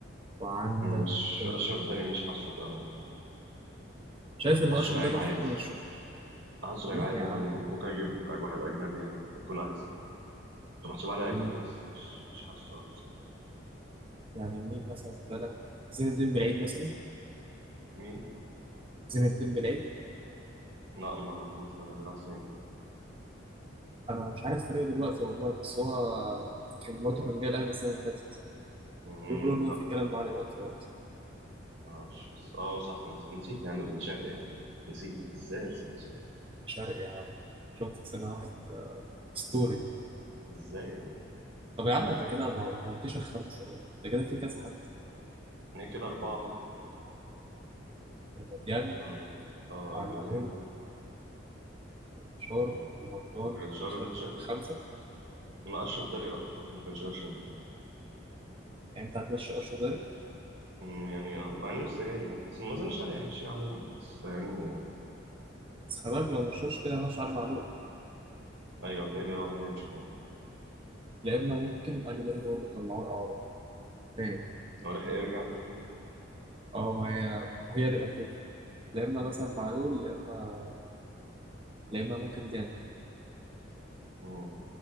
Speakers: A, on the right; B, on the right.
A: وعندك
B: مش
A: آه،
B: اشرف داري مش حاسه بامان
A: شايف
B: حاسه
A: ان اشرف
B: لعيب
A: داري
B: عادي
A: ممكن يمشوه؟
B: حاسه لعيب
A: لا
B: عادي
A: يا
B: يعني
A: عم
B: ممكن اجيب واحد اجنبي يعني يكون احسن كنت محسوب عليه اجنبي
A: مين
B: بس مش مش حاسه قوي بصراحه
A: يعني مين مثلا في بالك زين الدين بالعيد مثلا
B: مين
A: زين الدين بالعيد
B: لا ما اعرفوش ده ده بيلعب فين
A: انا مش عارف طريقه دلوقتي والله بس هو كان برضه كان جاي الاهلي السنه اللي فاتت
B: مم،
A: بيقولوا ان هو
B: لا
A: في كلام معاه دلوقتي برضه
B: ما اعرفش بس اه صح انا نسيت يا عم بن شرقي يعني نسيت ازاي بس بن شرقي
A: مش عارف يا عم شفت سنه واحد اسطوري
B: <laughs> ازاي يعني
A: طب يا عم انت كده ما ما قلتش الخمسه برضه انت كده في كذا حد
B: يعني كده اربعه اهو
A: يعني ديان
B: تمام. اه
A: وعلي
B: الو
A: معلول
B: ديانج
A: وانتشار
B: مم،
A: رمضان
B: وجراديشار
A: بن شرقي
B: وبن شرقي
A: خمسه
B: ما اشرف داري لا ممكن مش اشرف داري
A: يعني انت هتمشي اشرف داري
B: مم، يعني آه، مع انه لسه جاي يعني بس ما اظنش عليه هيمشيه عموما بس يعني آه،
A: بس خلي بالك لو مشوش كده ماشي علي معلول
B: ايوه كده كده واحد هيمشي تاني
A: لا اما ممكن علي ديان برضه طلعوه اعاره تاني
B: هو لحق يرجع
A: اه ما هي هي تبقى كده لا اما مثلا معلول لا اما لا اما ممكن ديان
B: مم.